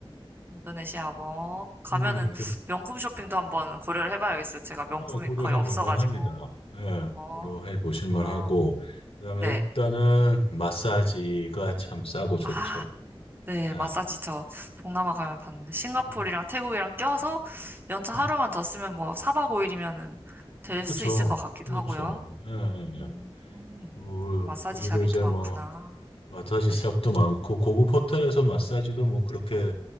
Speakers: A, on the right; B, on the left.
A: 인도네시아고 가면은
B: 음, 그,
A: 명품 쇼핑도 한번 고려를 해봐야겠어요. 제가 명품이
B: 어, 고려해
A: 거의 없어가지고.
B: 볼 만합니다. 예.
A: 어,
B: 고려해 보실
A: 그렇구나.
B: 만하고 그다음에
A: 네.
B: 일단은 마사지가 참 싸고 좋죠.
A: 아, 네.
B: 예.
A: 마사지 저 동남아 가면 봤는데 싱가포르랑
B: 음,
A: 태국이랑 껴서 연차 하루만
B: 음.
A: 더 쓰면 뭐 4박 5일이면은 될
B: 그렇죠.
A: 수 있을 것 같기도
B: 그렇죠.
A: 하고요.
B: 예, 예,
A: 음,
B: 예.
A: 음.
B: 그-
A: 마사지
B: 그리고
A: 샵이
B: 이제
A: 또 많구나.
B: 뭐 마사지
A: 네.
B: 샵도 많고 고급 호텔에서 마사지도 뭐 그렇게